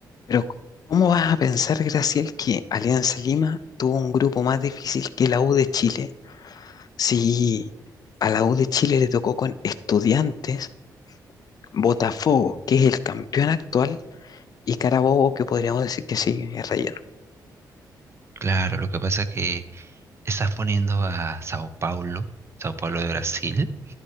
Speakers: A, on the left; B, on the right.
A: Pero, ¿cómo vas a pensar, Graciel, que Alianza Lima tuvo un grupo más difícil que la U de Chile? Si a la U de Chile le tocó con Estudiantes, Botafogo, que es el campeón actual, y Carabobo, que podríamos decir que sí, es relleno.
B: Claro, lo que pasa es que estás poniendo a Sao Paulo, Sao Paulo de Brasil,